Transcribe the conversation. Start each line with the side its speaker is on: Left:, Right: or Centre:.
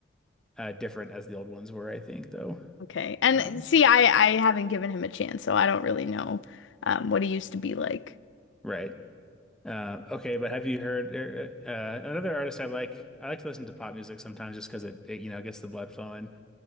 Centre: uh, different as the old ones were, I think, though.
Left: okay. And
Centre: Um,
Left: see, I I haven't given him a chance, so I don't really know um, what he used to be like.
Centre: right. Uh, okay, but have you heard er, uh, uh, another artist I like? I like to listen to pop music sometimes just because it, it you know gets the blood flowing.